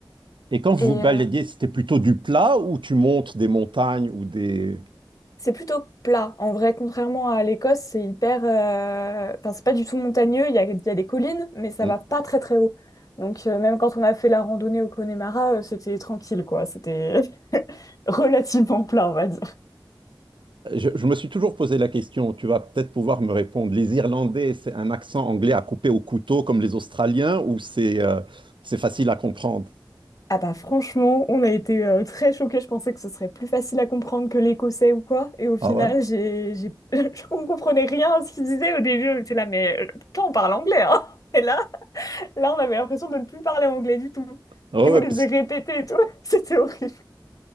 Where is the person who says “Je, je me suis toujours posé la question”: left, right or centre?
Right